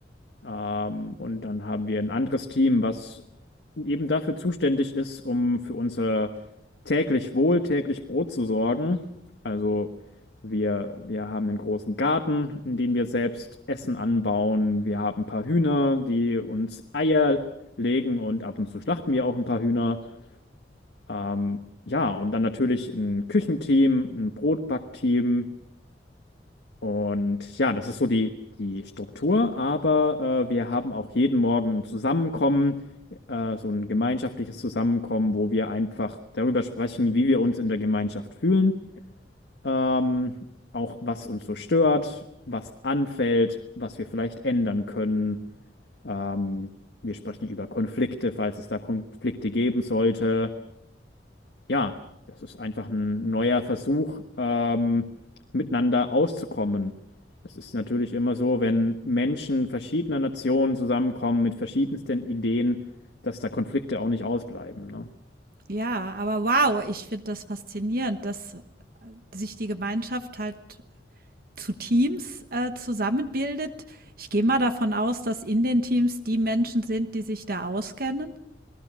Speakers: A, on the left (about 65°); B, on the right (about 55°).
A: Ähm, und dann haben wir ein anderes Team, was eben dafür zuständig ist, um für unser täglich Wohl, täglich Brot zu sorgen. Also wir, wir haben einen großen Garten, in dem wir selbst Essen anbauen. Wir haben ein paar Hühner, die uns Eier legen und ab und zu schlachten wir auch ein paar Hühner. Ähm, ja, und dann natürlich ein Küchenteam, ein Brotbackteam. Und ja, das ist so die, die Struktur, aber äh, wir haben auch jeden Morgen ein Zusammenkommen, äh, so ein gemeinschaftliches Zusammenkommen, wo wir einfach darüber sprechen, wie wir uns in der Gemeinschaft fühlen, ähm, auch was uns so stört, was anfällt, was wir vielleicht ändern können. Ähm, wir sprechen über Konflikte, falls es da Konflikte geben sollte. Ja, das ist einfach ein neuer Versuch, ähm, miteinander auszukommen. Es ist natürlich immer so, wenn Menschen verschiedener Nationen zusammenkommen mit verschiedensten Ideen, dass da Konflikte auch nicht ausbleiben, ne?
B: Ja, aber wow, ich finde das faszinierend, dass sich die Gemeinschaft halt zu Teams äh, zusammenbildet. Ich gehe mal davon aus, dass in den Teams die Menschen sind, die sich da auskennen